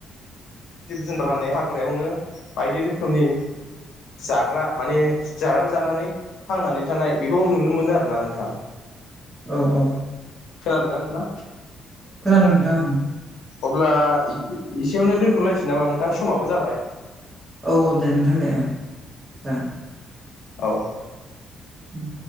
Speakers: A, on the left; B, on the right.
A: जिब-जुनार माने हाग्रायावनो बायदि रोखोमनि जाग्रा माने जाग्रााबो जानानै थांनानै थानाय बेखौ नुनो मोनो आरो ना नोंथां।
B: औ औ।
A: खोनादोंना नोंथाङा?
B: खोनादों नोंथाङा?
A: अब्ला एसेयावनो दोनथ'लायसै नामा नोंथां समाबो जाबाय।
B: औ औ दे नोंथां दे ओ जागोन।
A: औ।
B: उम।